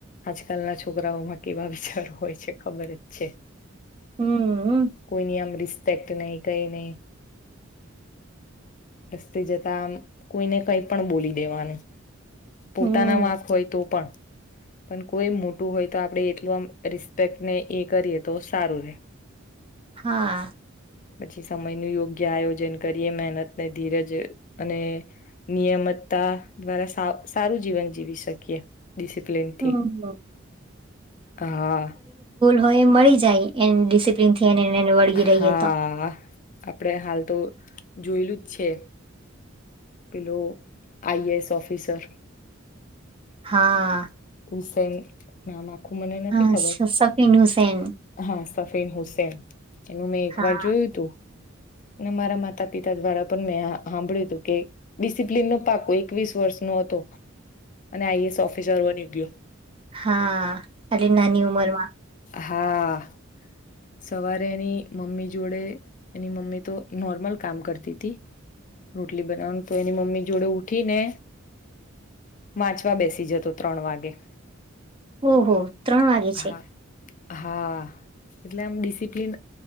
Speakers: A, on the left; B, on the right.
A: આજકાલના છોકરાઓમાં કેવા વિચારો હોય છે ખબર જ છે.
B: હમ
A: કોઈ ન આમ રિશ. રપેક્ટ નહી કઈ નહી. રસ્તે જતા આમ કોઈને કઈ પણ બોલી દેવાનું. પોતાના
B: હમ
A: વાક હોય તો પણ. પણ કોઈ મોટું હોય તો આપણે એટલો આ રિસ્પેક્ટને એ કરીએ તો સારું રહે.
B: હા.
A: પછી સમય નું યોગ્ય આયોજન કરીએ મહેનત. અને ધીરજ અને નિયમિતતા દ્વારા સારું જીવન જીવી શકીએ. ડિસિપ્લનથી
B: હમ
A: હા.
B: હ એ મળી જ જાય એ ડિસિપ્લીન થીને એને વળગી
A: હા
B: રહીએ તો.
A: આપણેે હાલ તો જોયેલું જ છે પેલો આઈએસ ઓફિસર.
B: હા.
A: હુસેન નામાં મને નથી
B: હા
A: ખબર
B: સ- સફીન હુસેન
A: હા સફીન હુસેન એનું મેં એક
B: હા
A: વાર જોયું તું. અને મારા માતા પિતા દ્વારા પણ મેં સાંભળ્યું હતું કે ડિસિપ્લિન નો પાકો એકવીસ વર્ષ નો હતો અને આઈએસ ઓફિસર બન્યો. ગ
B: હા આટલી નાની ઉમર માં
A: હા. સવારે એની મમ્મી જોડે એની મમ્મી તો નોર્મલ કામ કરતી હતી રોટલી બનાવાનું તો એની મમ્મી જોડે ઉઠી ને વાંચવા બેસી જતો ત્રણ વાગે.
B: ઓ હો. ત્રણ વાગે છે.
A: હા હા એટલે આમ ડિસિપ્લિન